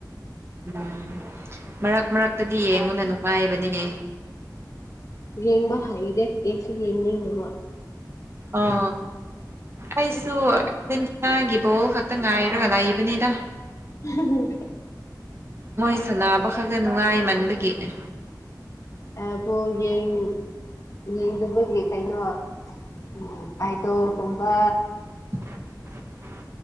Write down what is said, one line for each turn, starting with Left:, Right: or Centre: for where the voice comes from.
Right: ꯎꯝ ꯃꯔꯛ ꯃꯔꯛꯇꯗꯤ ꯌꯦꯡꯉꯨꯅꯦ ꯅꯨꯡꯉꯥꯏꯕꯅꯦ
Left: ꯌꯦꯡꯕ ꯍꯩꯗꯦ ꯌꯦꯡꯁꯨ ꯌꯦꯡꯅꯤꯡꯗꯕ꯫
Right: ꯑꯣ ꯑꯩꯁꯨ ꯑꯔꯖꯦꯟꯇꯤꯅꯥꯒꯤ ꯕꯣꯜ ꯈꯛꯇ ꯉꯥꯏꯔꯒ ꯂꯩꯕꯅꯤꯗ꯫
Left: ꯎ
Right: ꯃꯣꯏ ꯁꯥꯟꯅꯕ ꯈꯛꯇ ꯅꯨꯡꯉꯥꯏꯃꯟꯕꯒꯤ ꯑꯦ
Left: ꯑ ꯕꯣꯜ ꯌꯦꯡꯅꯤꯡꯗꯕꯒꯤ ꯀꯩꯅꯣ ꯎꯝ ꯑꯗꯣꯜꯒꯨꯝꯕ
Right: <unintelligible>